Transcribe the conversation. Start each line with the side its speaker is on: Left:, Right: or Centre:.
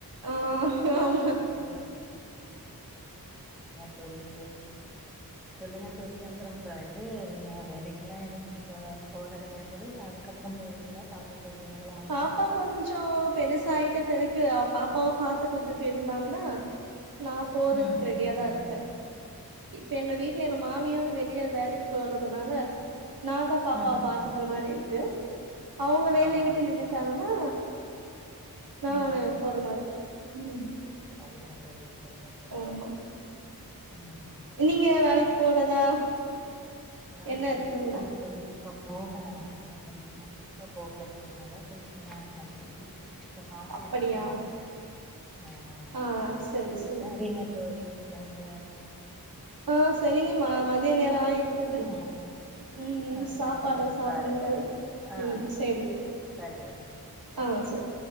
Right: ஆ ஆமா
Centre: ஆ தோழியே சொல்லுங்க தோழி அப்பறம் இது நீங்க வேலைக்கு எல்லாம் எதுவும் போ போறது இல்லையா தோழி இல்ல அதுக்கப்பறம் போவீங்களா பாப்பா பெரியவங்களா ஆனோனே
Right: பாப்பா கொஞ்சம் பெருசாயிட்ட பெறகு க்கு பாப்பாவ பாத்துக்கறதுக்கு இருந்தாங்கன்னா நான் போறதுக்கு
Centre: ம்
Right: ரெடியாதான்
Centre: ம்
Right: இருக்கே இப்ப எங்க
Centre: சரிங்க
Right: வீட்ல எங்க
Centre: தோழி
Right: மாமியாரும்
Centre: சரிங்க
Right: வெளியே வேலைக்கு போறதுனால நாதான் பாப்பா
Centre: ம்
Right: பாத்துக்கற
Centre: ம்
Right: மாரி இருக்கு அவுங்க வேலையை
Centre: ஆமாங்கப்பா
Right: விட்டு ட்டாங்கன்னா நானு
Centre: நீங்க
Right: போற மாரி ம்
Centre: செரிங்க தோழி சரிங்க தோழி
Right: ஆமா
Centre: ம் ம்.
Right: இல்லீங்க வேலைக்கு போறதா
Centre: ஆ
Right: எண்ண
Centre: பேசுன
Right: இருக்குதுங்களா
Centre: தோழி இப்போ போகல நானு இப்போ ரீச இப்ப போகல கொஞ்ச நாளா போய்ட்ருந்தே தோழி இப்ப பாத்துகிட்ருக்க
Right: அப்படியா
Centre: வேற ஆ ஆமாங்க
Right: ஆ
Centre: தோழி
Right: சரி சரி
Centre: சரிங்க தோழி நம்ப
Right: ஆ செரிங்க ம மதிய நேரொ ஆயி விட்டது
Centre: ஆ
Right: ம்
Centre: ஆ
Right: சாப்பாடு
Centre: சரிங்க தோழி
Right: சாப்டுங்கள்
Centre: பாருங்க தோழி ஆ
Right: ம் சேரிங்க
Centre: சரிங்க தோழி
Right: ஆ சேரி